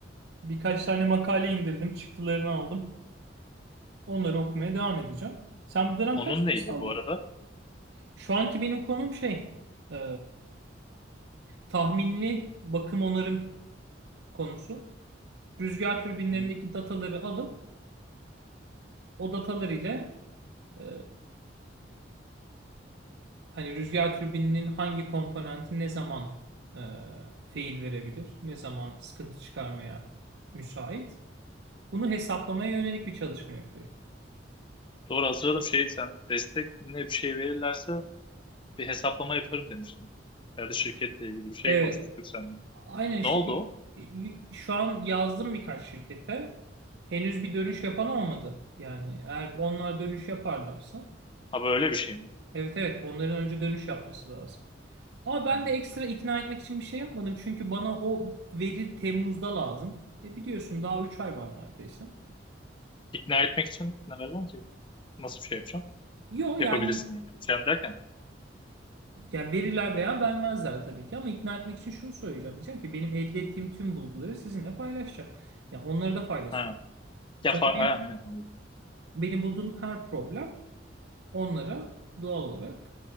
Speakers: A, on the right; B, on the left.
A: Birkaç tane makale indirdim. Çıktılarını aldım. Onları okumaya devam edeceğim. Sen bu dönem
B: Onun
A: kaç
B: neydi
A: ders aldın?
B: bu arada?
A: Şu anki benim konum şey e, tahminli bakım onarım konusu. Rüzgar türbinlerindeki
B: Hı.
A: dataları alıp o datalar ile e, Hani rüzgar türbininin hangi komponenti ne zaman e, fail verebilir, ne zaman sıkıntı çıkarmaya müsait. Bunu hesaplamaya yönelik bir çalışma yapıyorum.
B: Doğru hatırladım şey sen destek ne bir şey verirlerse bir hesaplama yaparım demiştin. Herhalde şirketle ilgili bir şey
A: Evet,
B: konuşmuştuk seninle.
A: aynen işte
B: Ne oldu
A: bir,
B: o?
A: bir- şu an yazdım birkaç şirkete. Henüz bir dönüş yapan olmadı. Yani eğer onlar dönüş yaparlarsa,
B: Ha böyle bir şey mi?
A: evet evet onların önce dönüş yapması lazım. Ama ben
B: Hı hı.
A: de ekstra ikna etmek için bir şey yapmadım. Çünkü bana o veri Temmuz'da lazım. E biliyorsun daha 3 ay var neredeyse.
B: İkna etmek için ne vereceğim ki? Nasıl bir şey yapacağım?
A: Yok
B: Yapabilirsin
A: yani,
B: yani. Yapacağım derken
A: yani verirler veya vermezler tabii ki ama ikna etmek için şunu söyleyeceğim. Diyeceğim ki benim elde ettiğim tüm bulguları sizinle paylaşacağım. Yani onlara da faydası
B: Ha.
A: olur.
B: Ya,
A: Sonuçta
B: fa-
A: benim,
B: ha, aynen anladım.
A: benim bulduğum her problem onlara doğal olarak